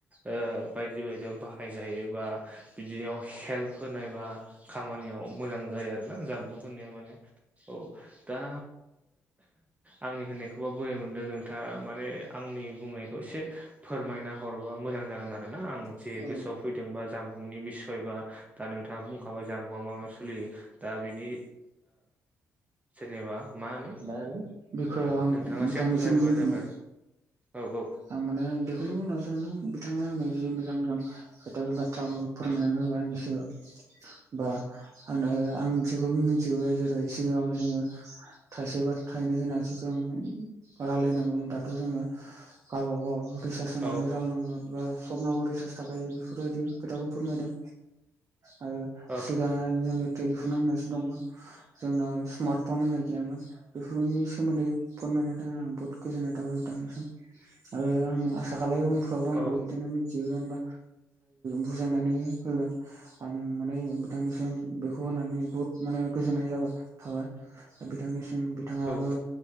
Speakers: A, on the right; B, on the right.
A: ओ बायदि बायदियाव बाहाय जायोबा बिदियाव हेल्प होनायबा खामानियाव मोजां जायो आरोना जामबु होननाया माने औ दा आंनि होननायखौबा बोरै मोनदों नोंथाङा माने आंनि बुंनायखौ एसे फोरमायना हरोबा मोजां जागोन आरो ना आं
B: नंगौ
A: जे गोसोआव फैदोंबा जाम्बुंनि बिसय बा दा नोंथाङा बुंखाबाय जाम्बुआ मा मा सोलियो दा बिनि जेनेबा मा होनो
B: औ बेखौ आं
A: नोंथाङासो
B: बिथांनिसिम
A: बुजाय हरबा
B: बुंफिनो
A: जाबाय आरो औ औ
B: आं माने बेखौनो बुंना सान्दों बिथाङा आंनि जि मोजां मोजां खोथा बाथ्रा फोरमायनानै होबाय आंनि सिगाङाव बा आंनो आं मिथिगौ बे मिथिगौ जेरै सिगाङाव जोङो थाइसे बा थाइनै होनानैसो जों रायलायनांगौमोन दाथ' जोङो गावबागाव रिसार्ज सोनानै
A: औ
B: रानलनांगोन बा सपनाबो रिसार्ज थाखायो बेफोरबायदि खोथाखौ फोरमायदों आरो
A: औ
B: सिगांहाय जोङो टेलिफन होननायसो दंमोन जोंनाव स्मार्टफन होननाय गैयामोन बेफोरनि सोमोन्दै फोरमायनो थाखाय आं बहुत गोजोननाय थाबाय बिथांनिसिम आरो आं आसा खालामो उनफोरावबो आंखौ
A: औ
B: बिदिनो मिथिहोगोन बा बुजायनानै होगोन आं माने बिथांनिसिम बेखौ खौ होनानै बहुत माने गोजोननाय जाबाय थाबाय दा बिथांनिसिम बिथाङाबो
A: औ